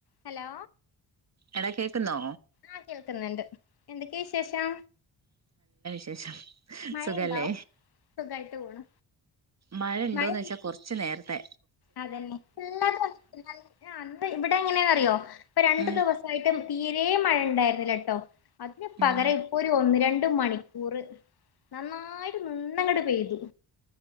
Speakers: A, on the left; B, on the right.
A: ഹലോ
B: എടാ കേക്കുന്നോ
A: ആഹ് കേൾക്ന്ന്ണ്ട് എന്തൊക്ക്യ വിശേഷം?
B: ഷം
A: മഴയുണ്ടോ
B: സുഖല്ലേ.
A: സുഖായിട്ട് പോണു
B: മഴണ്ടോന്നെച്ചാ
A: മഴ
B: കൊർച്ച് നേര്ത്തെ
A: അതന്നെ <unintelligible> ആന്ന് ഇവിടെ എങ്ങനെന്നറിയോ ഇപ്പൊ രണ്ടു
B: ഉം
A: ദിവസായിട്ട് തീരെ മഴയിണ്ടായ്ര്ന്നില്ല ട്ടോ അതിന്
B: ഉം
A: പകരം ഇപ്പൊ ഒരു ഒന്ന് രണ്ട് ണ്ട് മണിക്കൂറ് നന്നായിട്ട് നിന്നങ്ങട്ട് പെയ്തു